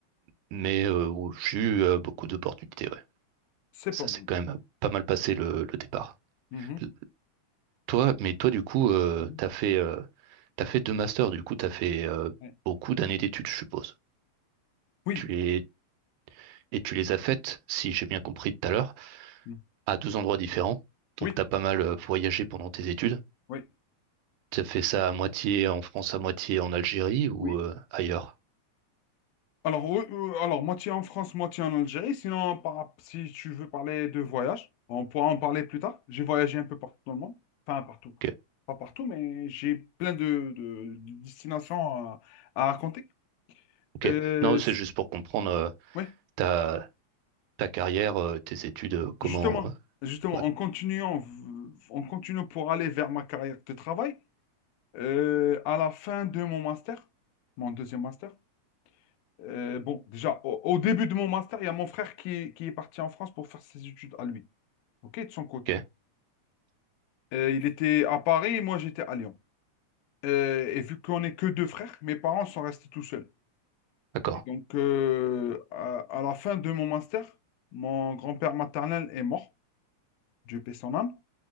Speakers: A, on the right; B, on the left.
A: mais euh, où j'ai eu euh, beaucoup d'opportunités. Ouais.
B: c'est
A: Ça
B: pas mal.
A: s'est quand même euh, pas mal passé le, le départ.
B: Mhm, mhm,
A: L- Toi, mais toi, du coup, euh,
B: mhm.
A: t'as fait, euh, t'as fait deux masters. Du coup, t'as fait euh,
B: ouais.
A: beaucoup d'années d'études, je suppose.
B: Oui.
A: Tu les, et tu les as faites, si j'ai bien compris tout à l'heure.
B: Mhm.
A: à deux endroits différents. Donc,
B: Oui.
A: tu as pas mal euh, voyagé pendant tes études.
B: Oui.
A: Tu as fait ça à moitié en France, à moitié en Algérie ou
B: Oui.
A: euh, ailleurs?
B: Alors, euh, euh, alors, moitié en France, moitié en Algérie. Sinon, par- si tu veux parler de voyage, on pourra en parler plus tard. J'ai voyagé un peu partout dans le monde. Enfin, partout.
A: Ok,
B: Pas partout, mais j'ai plein de, de- de destinations à, à raconter.
A: ok.
B: Euh,
A: Non, c'est juste pour comprendre euh,
B: oui.
A: ta, ta carrière, euh, tes études, euh, comment.
B: Justement,
A: euh,
B: justement,
A: Ouais,
B: en continuant, v- en continuant pour aller vers ma carrière de travail, euh, à la fin de mon master, mon deuxième master, euh, bon, déjà, au, au début de mon master, il y a mon frère qui, qui est parti en France pour faire ses études à lui, ok, de son côté.
A: ok,
B: Euh, il était à Paris, moi j'étais à Lyon. Euh, et vu qu'on n'est que deux frères, mes parents sont restés tout seuls.
A: d'accord.
B: Et donc, euh, à, à la fin de mon master, mon grand-père maternel est mort, Dieu paie son âme.